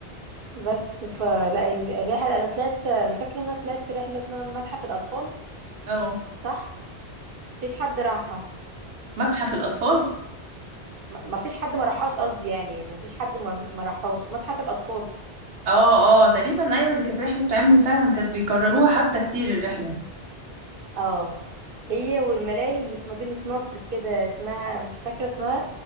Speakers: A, on the right; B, on the right.
A: بس فلا ال- الرحله انا طلعت انا فاكره ان انا طلعت رحله اسمها متحف الاطفال
B: اه
A: صح مفيش حد راحها
B: متحف الاطفال
A: م- مفيش حد ما راحهاش قصدي يعني يعني مفيش حد ما ما راحهاش متحف الاطفال
B: اه اه تقريبا ايوه دي كانت رحلة بتعمل فعلا كانت بيكرروها حتى كتير الرحلة
A: اه هي والملاهي اللي في مدينة نصر كده اسمها مش فاكرة اسمها